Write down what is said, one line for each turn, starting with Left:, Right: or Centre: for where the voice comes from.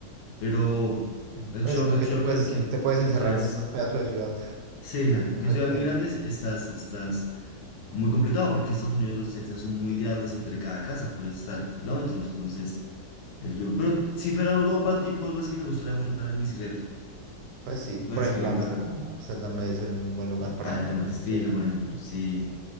Left: pero
Right: Sí.
Left: he escuchado
Right: Pues como
Left: que, he escuchado
Right: que te puedes,
Left: que,
Right: eh,
Left: que,
Right: te puedes
Left: que
Right: encerrar
Left: en ciudades,
Right: en un pedazo de ciudad <laughs>
Left: sí, exacto,
Right: y no
Left: que
Right: salir
Left: en ciudades
Right: de
Left: muy
Right: ahí.
Left: grandes estás, estás muy complicado, porque en Estados Unidos las distancias son muy grandes entre cada casa, puedes estar kilómetros, entonces es duro. Pero si fuera Europa, tipo algo así, me gustaría mucho andar en bicicleta.
Right: Pues sí,
Left: La
Right: por
Left: bicicleta,
Right: ejemplo, Ámsterdam. Ámsterdam debe ser un buen lugar para
Left: algo
Right: andar en
Left: de ese
Right: bicicleta.
Left: estilo, por ejemplo, sí.